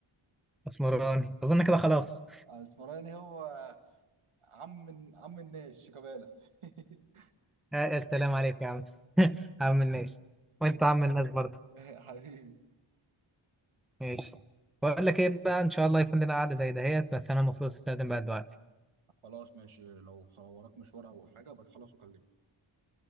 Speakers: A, in the centre; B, on the right (about 80°).
A: اسمراني اظن كده خلاص
B: اسمراني هو عم عم الناس شيكابالا <laughs>
A: آه، السلام عليك يا
B: طيب.
A: عم <laughs> عم الناس وانت عم
B: <laughs>
A: الناس برضه
B: حبيبي
A: ماشي بقول لك ايه بقى ان شاء الله يكون لنا قعده زي دهيت بس انا المفروض استخدم بقى دلوقتي
B: خلاص ماشي لو وراك مشوار او حاجه بتخلص وكلمني